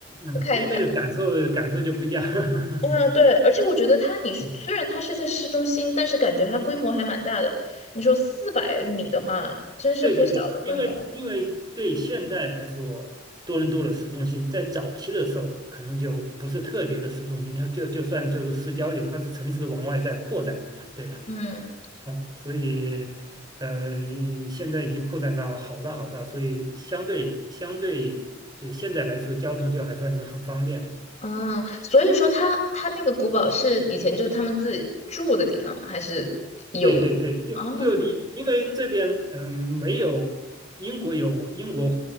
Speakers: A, on the right; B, on the left.
A: 嗯，
B: 去看一下的。
A: 那那个感受感受就不一样，<laughs>
B: 嗯，对，而且我觉得它，你说虽然它是在市中心，
A: 嗯
B: 但是感觉它规模还蛮大的。你说四百米的话，真是不小的规模。
A: 对对对，因为因为对现在来说，多伦多的市中心在早期的时候，可能就不是特别的市中心，就就就算就是市郊点，它是城市往外在扩展的嘛，对吧？
B: 嗯
A: 哎，所以呃，现在已经扩展到好大好大，所以相对相对呃现在来说，交通就还算是很方便的。
B: 嗯，所以说它它那个古堡是以前就是他们自己住的地方，还是有
A: 对对对，就就离，
B: 啊？
A: 因为这边嗯没有英国有英国